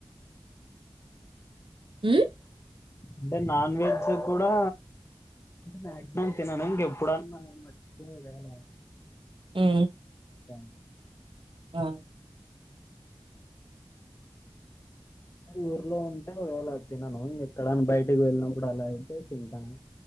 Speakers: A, on the right; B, on the left.
A: మ్ఁ!
B: అంటే నాన్ వెజ్జి కూడా అంటే మాక్సిమం తినను ఇంక ఎప్పుడన్నా మర్చిపోయి ఓగాల
A: మ్మ్ఁ
B: టాన్
A: ఆఁ
B: ఊర్లో ఉంటే ఒగవేళ తినను ఇంక ఎక్కడన బయటకి వెళ్ళినప్పుడు అలా అయితే తింటాను.